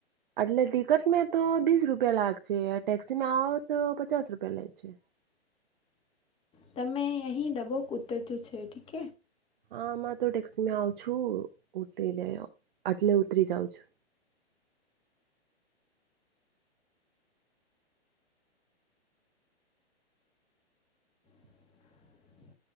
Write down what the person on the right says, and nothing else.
એટલે ટિકટ મે તો બીસ રૂપિયા લાગશે ટેક્સીમાં આવો તો પચાસ રૂપિયા લે છે.
હામાં તો ટેક્સીમાં આવ છું ઉઠ લે આટલે ઉતરી જાઉ છું.